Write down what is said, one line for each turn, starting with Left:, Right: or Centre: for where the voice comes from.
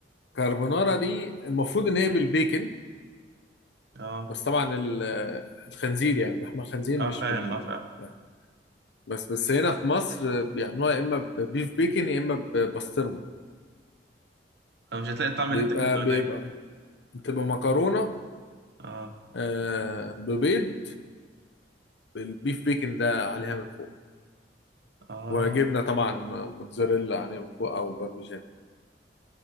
Left: كاربونارا دي المفروض إن هي بالبيكن
Right: اه
Left: بس طبعا ال- آه، الخنزير يعني لحم الخنزير
Right: اه
Left: مش
Right: فاهم
Left: بال
Right: اه فاهم
Left: لا. بس بس هنا في مصر بيعملوها يا إما ببيف بيكن يا إما ببسطرمة
Right: آه، مش هتلاقي الطعم
Left: بيبقى
Right: اللي انت اكلته هناك
Left: بيبقى بتبقى مكرونة
Right: اه
Left: آه، ببيض بالبيف بيكن ده عليها من فوق
Right: اه
Left: وجبنه طبعا موتزاريلا عليها من فوق او بارميجان